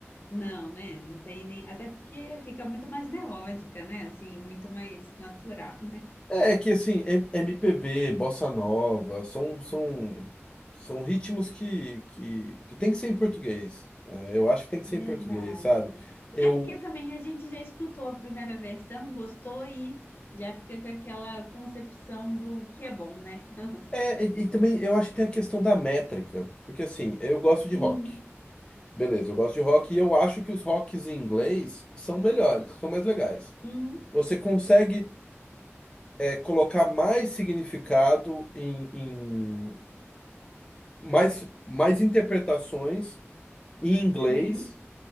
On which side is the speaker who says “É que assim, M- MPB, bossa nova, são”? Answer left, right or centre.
Left